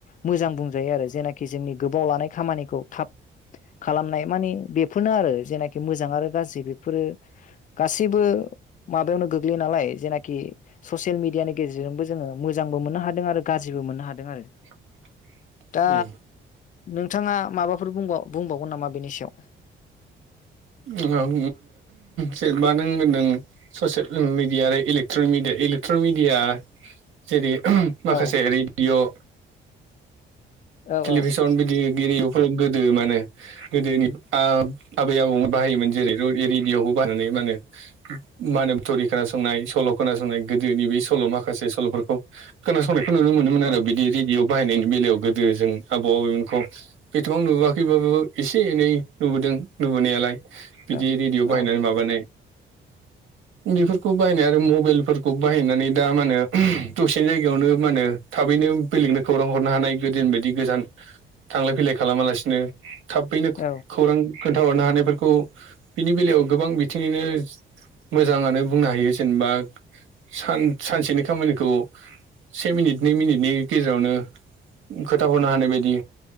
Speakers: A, on the left; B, on the right.
A: मोजां बुंजायो आरो जेनाखि जोंनि गोबाव लानाय खामानिखौ थाब खालामनाय माने बेफोरनो आरो जेनाखि मोजां आरो गाज्रि बेफोरो गासैबो माबायावनो गोग्लैयो नालाय जेनाखि ससियेल मिडियानि गेजेरजोंबो जोङो मोजांबो मोननो हादों आरो गाज्रिबो गो मोननो हादों आरो।
B: <inaudible>
A: दा
B: उम
A: नोंथाङा माबाफोर बुंबाव बुंबावगोन नामा बेनि सायाव?
B: <unintelligible> जेनबा नों होनदों। ससियेल मिडिया आरो इलेक्ट्रनिक मिडिया इलेक्ट्रनिक मिडिया जेरै
A: सायाव
B: माखासे रेडिय'।
A: औ
B: टलिभिसन
A: औ
B: बिदि। एरिफोर गोदो माने गोदोनि आबै आबौ बाहायोमोन जेरै एरिडयाव मा होनो <unintelligible> थरि खोनासंनाय सल' खोनासंनाय गोदोनि बे सल' माखासे सल'। खोनासंनायखौ नुनो मोनोन आरो
A: औ
B: बिदि रेडिअ बाहायनायनि बेलायाव गो दो जों आबौ आबैमोनखौ एथबाव नुबोआखैबाबो एसे एनै नुबोदों नुबोनायालाय। बिदि
A: औ
B: रेडिअ
A: औ
B: बाहायनानै माबानाय। बेफोरखौ बाहायनाय आरो मबाइलफोरखौ बाहायनानै दा मा होनो दसे जायगायावनो मा होनो? थाबैनो बेलेगनो खौरां हरनो हानाय। गोदोनि बायदि गोजान थांलाय फैलाय खालामालासिनो थाबैनो
A: औ
B: खौरां। खोन्थाहरनो हानायफोरखौ बिनि बेलायाव गोबां बिथिङैनो। मोजाङानो बुंनो हायो जेनेबा। सान सानसेनि खामानिखौ से मिनिट नै मिनिटनि गेजेरावनो। खोनथाहरनो हानाय बायदि